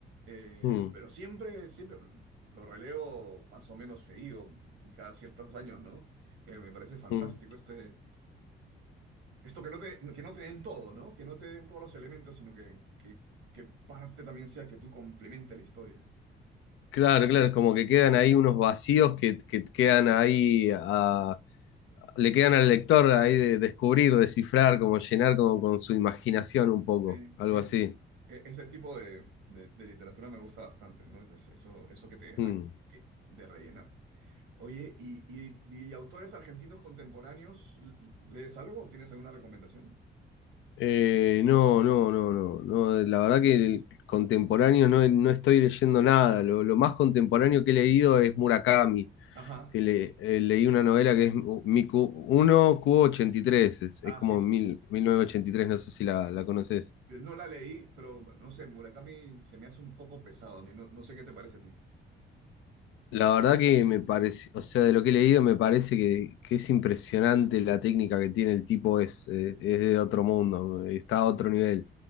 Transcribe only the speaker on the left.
mm,
mm.
Claro, claro, como que quedan ahí unos vacíos que, que quedan ahí a, le quedan al lector ahí de descubrir, descifrar, como llenar como con su imaginación un poco,
algo
así.
Mm.
Eh, no, no, no, no, no, la verdad que el contemporáneo no, no estoy leyendo nada, lo, lo más contemporáneo que he leído es Murakami,
que le, eh, leí una novela que es Miku 1 q ochenta y tres. es,
es como
mil,
mil novecientos ochenta y tres. no sé si la, la conoces.
La verdad que me parece, o sea, de lo que he leído me parece que, que es impresionante la técnica que tiene el tipo, es, eh, es de otro mundo, está a otro nivel.